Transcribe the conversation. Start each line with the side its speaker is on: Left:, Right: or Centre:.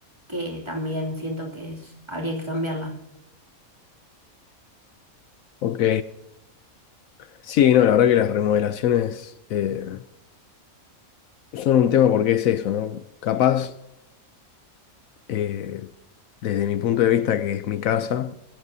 Right: que también siento que es- habría que cambiarla.
Left: Ok. Sí, no, la verdad que las remodelaciones eh, son un tema porque es eso, ¿no? Capaz. eh, desde mi punto de vista, que es mi casa,